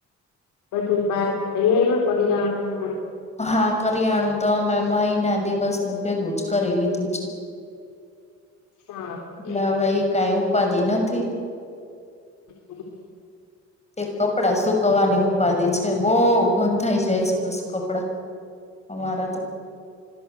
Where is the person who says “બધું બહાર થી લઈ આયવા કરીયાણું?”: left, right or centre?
Left